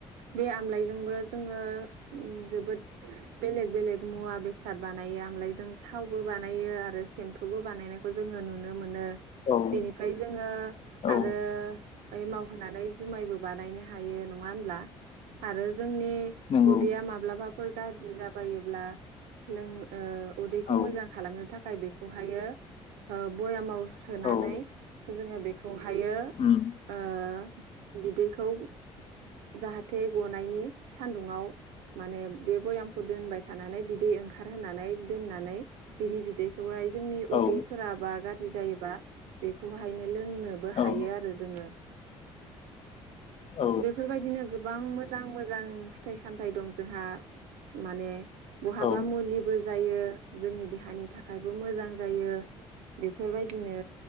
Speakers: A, on the right (about 80°); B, on the left (about 45°).
A: बे आमलायजोंबो जोङो जोबोद बेलेग बेलेग मुवा बेसाद बानायो। आमलायजों थावबो बानायो आरो सेम्फुबो बानायनायखौ जोङो नुनो मोनो।
B: औ
A: बेनिफ्राय जोङो
B: औ
A: आरो ओइमाव होनानै जुमायबो बानायनो हायो नङा होनब्ला? आरो ज जोंनि
B: नंगौ
A: उदैया माब्लाबा फोर गाज्रि जाबायोब्ला लों ओ उदैखौ
B: औ
A: मोजां खालामनो थाखाय बे खौहायो ओ बयामाव सोनानै
B: औ
A: जोङो बेख खौहायो
B: उम
A: ओ बिदैखौ जाहाथे गनायनि सान्दुङाव माने बे बयामखौ दोनबाय थानानै बिदै ओंखारहानै दोननानै बिनि बिदै खौहाय जोंनि उदैफोरा
B: औ
A: बा गार जि जायोबा बेखौहायनो लोंनोबो
B: औ नंगौ
A: हायो आरो जोङो।
B: औ
A: बेफोरबायदिनो गोबां मो जां मोजां फिथाइ सामथाइ दं जोंहा माने बहाबा
B: औ
A: मुलिबो जायो जोंनि देहानि थाखायबो मोजां जायो। बेफोरबायदिनो